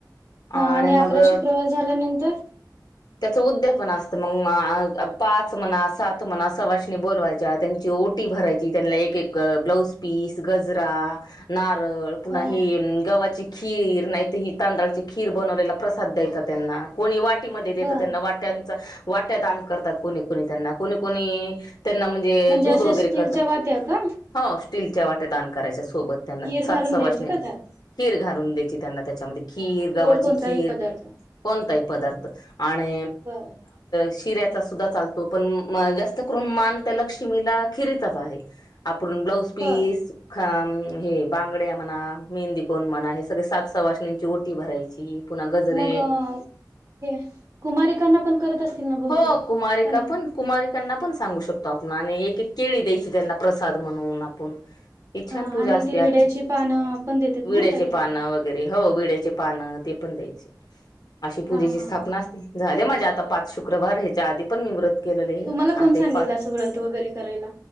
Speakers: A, on the right (about 45°); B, on the left (about 65°).
A: हा
B: आणि
A: अकरा
B: मग
A: शुक्रवार झाल्यानंतर
B: त्याच उद्यापन असत म पाच म्हणा सात म्हणणा सवासणी बोलवायच्या त्यांची ओटी भरायची त्यांना एक ब्लाउज पीस गजरा नारळ पुन्हा
A: हा
B: येईल गव्हाची खीर ह तांदळाची खीर बनवलेला प्रसाद द्यायचा त्यांना कोणी वाटी वाटीमध्ये देत
A: बर
B: त्यांना वाट्यांचा वाट्या दान करतात कोणी कोणी त्यांना कुणी कुणी त्यांना म्हणजे दूध
A: अशा
B: वगैरे
A: स्टीलच्या
B: करता
A: वात्या का
B: हो स्टीलच्या वाट्या दान करायच्या सोबत त्यांना
A: खीर
B: सात
A: घालून
B: सवासनी
A: द्यायचं का त्यात
B: खीर घालून द्यायची त्यांना त्याच्यामध्ये खीर गव्हाची
A: गोड कोणताही
B: खीर
A: पदार्थ
B: कोणताही पदार्थ आणि
A: बर
B: शिऱयाच सुधा चालतो पण जास्त करून मान त्या लक्ष्मीला खिरीचाच आहे आपुन ब्लाऊज पीस
A: बर
B: खाम हे बांगड्या म्हणा मेहंदी कोण म्हणा हे सगळे सात स वासण्यांची ओटी भरायची पुन्हा गजरे
A: मग हे कुमारीकांना पण करत असतील ना बहुतेक
B: हो
A: का
B: कुमारिका
A: नाही
B: पण कुमारिक त्यांना पण सांगू शकतो आपण आणि एक एक केळी द्यायची त्यांना प्रसाद म्हणून आपण ही
A: हा
B: छान पूजा
A: आणि
B: असते
A: ते
B: आजची
A: विड्याची पानं पण देतात
B: विड्याचे
A: ना काहीतरी
B: पानं वगैरे हो विड्याचे पानं ते पण द्यायचे अशी पूजेची
A: हा हा
B: स्थापना
A: हा
B: असते झाले माझ्या आता पाच शुक्रवार शुक्रवार यायच्या आधी पण व्रत भरले
A: तुम्हाला कोण
B: आज एक
A: सांगितलं
B: पाच
A: असं व्रत वगैरे करायला?